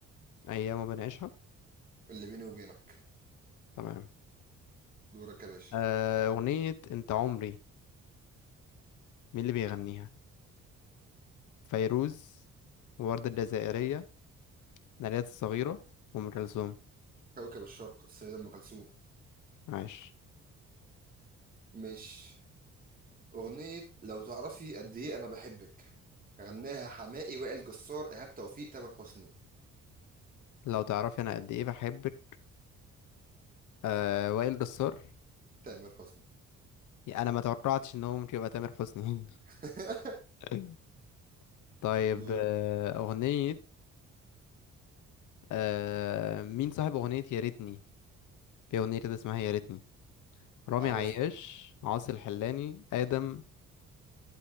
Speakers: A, on the left; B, on the right.
A: أيام ما بنعيشها
B: اللي بيني وبينك
A: تمام
B: دورك يا باشا
A: آه، أغنية أنت عمري مين اللي بيغنيها فيروز ووردة الجزائرية نارية الصغيرة وأم كلثوم
B: كوكب الشرق السيدة أم كلثوم
A: عايش
B: مش أغنية لو تعرفي قد إيه أنا بحبك غناها حماقي وائل جسار إيهاب توفيق تامر حسني
A: لو تعرفي أنا قد إيه بحبك آه، وائل جسار
B: تامر حسني
A: يعني أنا ما توقعتش إن هو ممكن يبقى تامر حسني
B: <laughs>
A: <laughs> طيب
B: دورك
A: آه، أغنية آه مين صاحب أغنية يا ريتني في أغنية كده اسمها يا ريتني رامي
B: أعرفها
A: عياش عاصي الحلاني آدم